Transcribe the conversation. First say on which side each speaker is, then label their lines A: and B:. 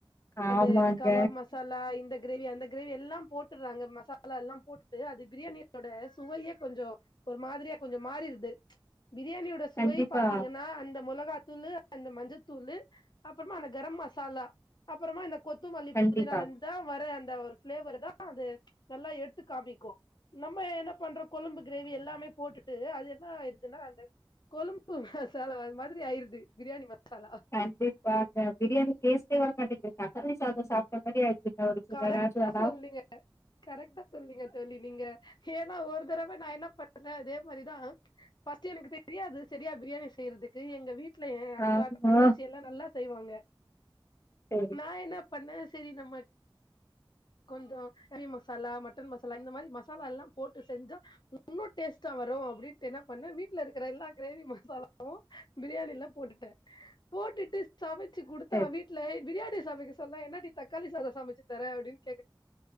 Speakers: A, on the left; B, on the left.
A: ஆமாங்க
B: அந்த கபாப் மசாலா இந்த க்ரேவி அந்த கிரேவி எல்லா போட்டுறாங்க மசாலால்லா போட்டுட்டு அது பிரியாணியோட சுவையே கொஞ்சோ ஒரு மாதிரியா கொஞ்சோ மாறிடுது பிரியாணியோட சுவை
A: கண்டிப்பா
B: பாத்தீங்கன்னா அந்த முளகாத்தூளு அந்த மஞ்சத்தூளு அப்புறமா அந்த கரம் மசாலா அப்புறமா அந்த கொத்தமல்லி புதினா
A: கண்டிப்பா
B: புதினாலந்து தா வர அந்த ஒரு ப்ளேவர் தா அது நல்லா எடுத்து காமிக்கு நம்ம என்ன பண்றோ கொழும்பு க்ரேவி எல்லாமே போட்டுட்டு அது என்ன ஆய்டுதுன்னா அந்த கொழும்பு மசாலா அது மாரி ஆயிடுது பிரியாணி மசாலா
A: கண்டிப்பா அந்த பிரியாணி டேஸ்ட்டே வர மாட்டேன்து தக்கிகாளி சாதோ சாப் சொன்ன மாரி ஆய்டுதுங்க ஒரு சில
B: கரெக்டா
A: ராசி எல்லா
B: சொன்னீங்க கரெக்டா சொன்னீங்க தோழி நீங்க ஏனா ஒரு தடவ நா என்ன பண்றண அதே மாரிதா ஃபஸ்ட்டு எனக்கு தெரியாது சரியா பிரியாணி செய்யறதுக்கு எங்க வீட் வீட்ல ஏ அக்கா
A: ஆமா
B: தங்கச்சி எல்லா நல்லா செய்வாங்க
A: செரி
B: நா என்னப் பண்ண சேரி நம்ம கொஞ்சோ கறி மசாலா மட்டன் மசாலா இந்த மாதிரி மசாலால்லா போட்டு செஞ்சா இன்னு டேஸ்ட்டா வரு அப்டின்ட்டு என்ன பண்ண வீட்ல இருக்கிற எல்லா க்ரேவி மசாலாவு பிரியாணில்ல போட்டுட்ட போட்டுட்டு சமைச்சு குடுத்தா
A: செரி
B: வீட்ல பிரியாணி சமைக்க சொன்னா என்னடி தக்காளி சாதோ சமச்சு தர அப்படின்னு